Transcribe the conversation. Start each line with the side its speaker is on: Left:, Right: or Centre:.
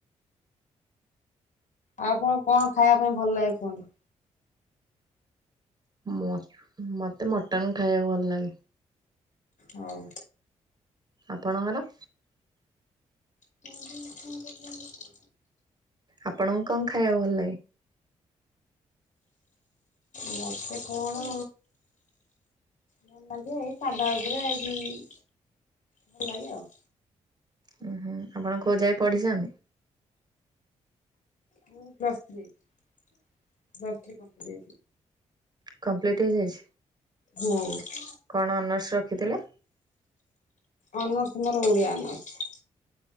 Left: ଆଉ ଆପଣ କଣ ଖାଇବା ପାଇଁ ଭଲ ଲାଗେ କୁହନ୍ତୁ
Right: ମତ୍ ମତେ ମଟନ ଖାଇବାକୁ ଭଲ ଲାଗେ।
Left: ହଉ
Right: ଆପଣଙ୍କର
Left: ମୁଙ୍କ <unintelligible>
Right: ଆପଣଙ୍କୁ କଣ ଖାଇବାକୁ ଭଲ ଲାଗେ?
Left: ମୋତେ କଣ ଭଲ ଲାଗେ ଏଇ ସାଧା ଉପରେ ଏଇ ଜୁ ଉ ଭଲ ଲାଗେ ଆଉ
Right: ଉ ହୁଁ ଆପଣ କୋଉ ଯାଇ ପଢିଛନ୍ତି?
Left: ମୁଁ ପ୍ଲସ୍ ଥ୍ରୀ ପ୍ଲସ୍ ଥ୍ରୀ କମୋଲ୍ଟେ
Right: କମ୍ପ୍ଲିଟହେଇଯାଇଛି
Left: ହୁଁ
Right: କଣ ଅନର୍ସ ରଖିଥିଲେ?
Left: ଅନସ ମୋର ଓଡିଆ ଅନସ